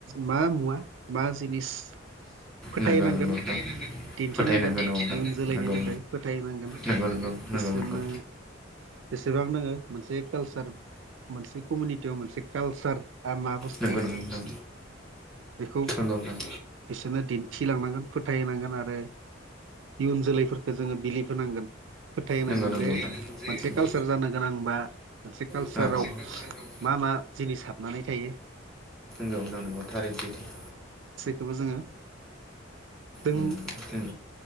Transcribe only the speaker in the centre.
नंगौ नंगौ नोंथां
फोथायनांगोन औ
गंगौ
नंगौ नंगौ
नंगौ।
नंगौ नंगौ
नंगौ।
नंगौ नंगौ
नोंथां
औ औ सेकालसाराव
नोंगौ नोंगौ थारैनो सैथो-
उम